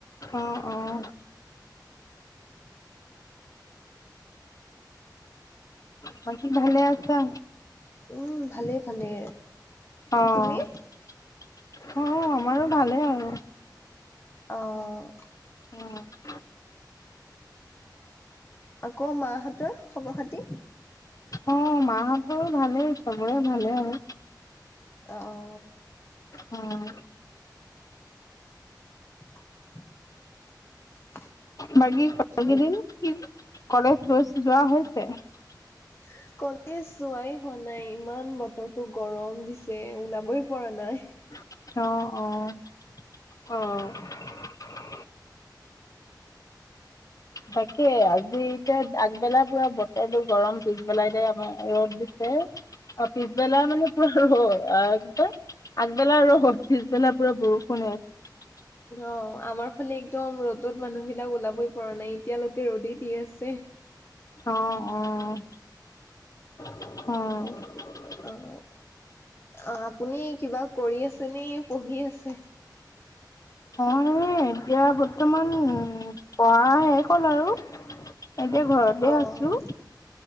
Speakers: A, on the left; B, on the left.
A: অ' অ'। বাকি ভালে আছা?
B: উম, ভালে ভালে।
A: অ' অ
B: তুমি?
A: আমাৰো ভালেই আৰু।
B: অ'।
A: উম।
B: আকৌ মা হঁতৰ খবৰ খাতি?
A: অ মাহঁতৰো ভালেই চবৰে ভালে আৰু।
B: আও।
A: উম।
B: <inaudible>
A: বাকী বাকদিন
B: উ
A: কি কলেজ গৈ যোৱা হৈছে? <unintelligible>
B: <inaudible> কলেজ যোৱাই হোৱা নাই ইমান বতৰটো গৰম দিছে ওলাবই পৰা নাই।
A: অ' অ' অ'। বাকি আজি এতিয়া আগবেলা পুৰা বতৰটো গৰম, পিছবেলা এতিয়া আমাৰ ৰ'দ দিছে। <unintelligible> পিছবেলা মানে পুৰা ৰ'দ অ কি কয় আগবেলা ৰ'দ, পিছবেলা পুৰা বৰষুণ ইয়াত।
B: অ আমাৰ ফালে একদম ৰ'দত মানুহ বিলাক ওলাবই পৰা নাই এতিয়ালৈকে ৰ'দেই দি আছে।
A: অ' অ'। অ'।
B: অ' আপুনি কিবা কৰি আছে নে পঢ়ি আছে?
A: অ এতিয়া বৰ্তমান পঢ়া শেষ হল আৰু। এতিয়া ঘৰতে
B: অ',
A: আছোঁ।